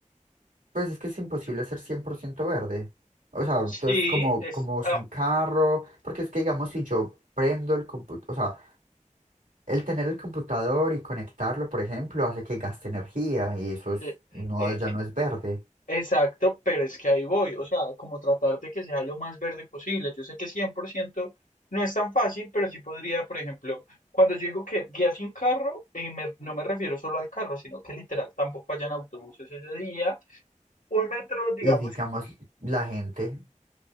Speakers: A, on the right; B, on the left.
A: pues es que es imposible ser 100% verde. O sea, entonces
B: sí,
A: como,
B: es,
A: como
B: ah,
A: sin carro, porque es que digamos, si yo prendo el computador, o sea, el tener el computador y conectarlo, por ejemplo, hace que gaste energía y eso es-
B: eh,
A: no,
B: eh,
A: ya no es verde.
B: Exacto, pero es que ahí voy, o sea, como tratar de que sea lo más verde posible. Yo sé que 100% no es tan fácil, pero sí podría, por ejemplo, cuando yo digo que día sin carro, eh, me- no me refiero solo al carro, sino que literal tampoco hayan autobuses ese día. Un metro, digamos
A: Y digamos, la gente,